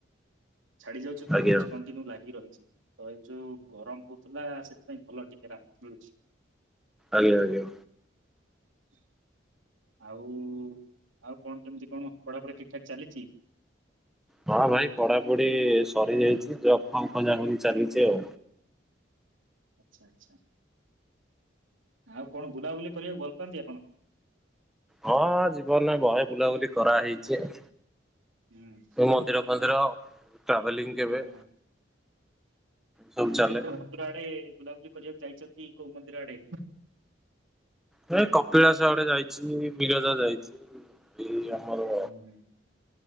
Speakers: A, on the right; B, in the centre.
A: ଛାଡି ଯାଉଛି ଫେର୍
B: ଆଜ୍ଞା
A: ହଉଛି କଣ୍ଟିନ୍ୟୁ ଲାଗି ରହିଛି। ତ, ଏଇ ଯୋଉ ଗରମ ହଉଥିଲା। ସେଥିପାଇଁ ଭଲ ଟିକେ ଲା ମିଳୁଛି।
B: ଆଜ୍ଞା ଆଜ୍ଞା।
A: ହ <unintelligible> ଆଉ ଆଉ କଣ କେମିତି କଣ। ପଢା ପଢି ଠିକ୍ ଠାକ୍ ଚାଲିଛି।
B: ହଁ ଭାଇ ପଢା ପଢି ସରି ଯାଇଛି। ଜବ୍ ଫବ ଖୋଜା ଖୋଜି ଚାଲିଛି ଆଉ।
A: ଆଚ୍ଛା ଆଚ୍ଛା। ଆଉ କଣ, ବୁଲା ବୁଲି କରିବାକୁ। ଭଲ ପାଆନ୍ତି ଆପଣ?
B: ହଁ ଜୀବନ ରେ ବହେ। ବୁଲା ବୁଲି କରା ହେଇଛି ଆଉ।
A: ହୁଁ।
B: ମନ୍ଦିର ଫନ୍ଦିର ଟ୍ରାଭେଲିଙ୍ଗ୍ କେବେ।
A: ହଁ ହଁ।
B: ସବୁ
A: କେବେ
B: ଚାଲେ
A: କୋଉ ମନ୍ଦିର ଆଡେ। ବୁଲା ବୁଲି କରିବାକୁ ଯାଇଛକି। କୋଉ ମନ୍ଦିର ଆଡେ?
B: ନାଇ କପିଳାସ ଆଡେ ଯାଇଛି। ବିରଜା ଯାଇଛି ଏଇ ଆମର।
A: ହୁଁ ହୁଁ।